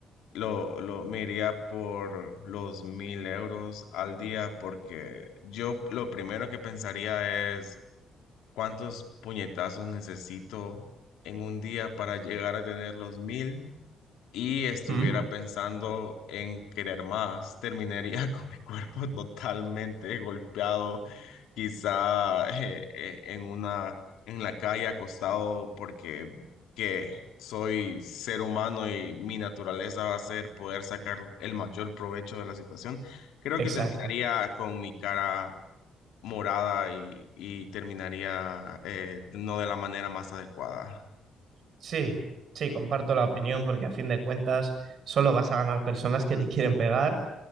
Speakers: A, on the left; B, on the right.
A: lo, lo me iría por los mil euros al día, porque yo lo primero que pensaría es cuántos puñetazos necesito en un día para llegar a tener los mil y estuviera
B: ¿Mm?
A: pensando en querer más, terminaría <laughs> con mi cuerpo <laughs> totalmente golpeado, quizá eh, eh, en una en la calle acostado porque que soy ser humano y mi naturaleza va a ser poder sacar el mayor provecho de la situación. Creo
B: Exacto.
A: que terminaría con mi cara morada y, y terminaría eh, no de la manera más adecuada.
B: Sí, sí, comparto la opinión porque a fin de cuentas solo vas a ganar personas que te quieren pegar